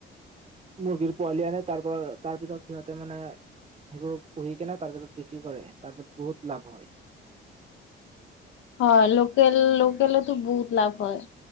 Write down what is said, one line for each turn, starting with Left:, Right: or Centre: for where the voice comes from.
Right: মুৰ্গীৰ পোৱালি আনে তাৰ পৰা তাৰপিছত সিহঁতে মানে সেইবোৰ পুহি কিনে তাৰপিছত বিক্ৰী কৰে তাৰপিছত বহুত লাভ হয়
Left: হয় লোকেল লোকলেতো বহুত লাভ হয়